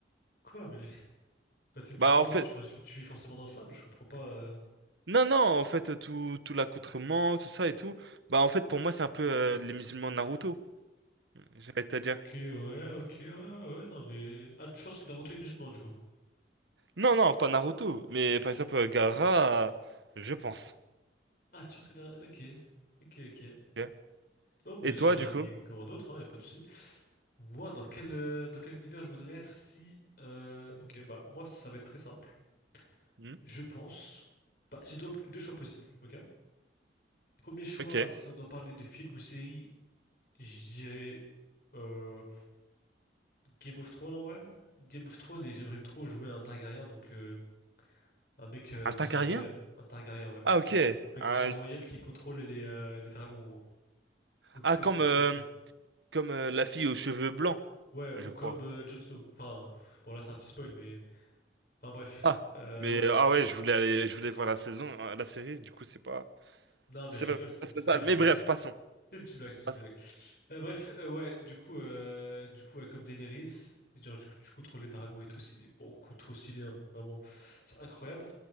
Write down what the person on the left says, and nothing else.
Quoi, mais les- <laughs> bah, t'es musulman,
tu, tu vis forcément dans le sable, je comprends pas. euh.
Ok, ouais, ok, ouais, ouais, ouais, ouais, non, mais... Ah, tu penses que Naruto est musulman, du coup?
Ah, tu penses que Naruto... Ok, ok, ok.
Non, mais
c'est
un avis
comme un autre, hein, y a pas de souci. Moi, dans quel, euh, dans quel univers je voudrais être si... euh, Ok, bah, moi, ça va être très simple.
Je pense. Bah, j'ai deux, deux choix possibles, ok? Premier choix,
si on doit parler de film ou série, je dirais euh, Game of Thrones en vrai. Game of Thrones et j'aimerais trop jouer à un Targaryen, donc euh, un mec euh,
de
sang royal. Un Targaryen, ouais.
Un, un mec
de sang royal qui contrôle les, euh, les dragons en gros. Donc
tu sais,
ce serait
trop stylé.
Ouais, ou
comme
euh, Jon Snow. Enfin, bon là c'est un petit spoil, mais... Enfin bref.
Euh,
ouais.
Non mais
je
rigole, c'était une
petite
blague
en fait.
C'est une petite blague, c'est
une blague. Euh, bref, euh, ouais, du coup, euh, du coup, ouais, comme Daenerys, genre, du coup, tu contrôles les dragons et tout, c'est beaucoup trop stylé, hein, vraiment, c'est incroyable.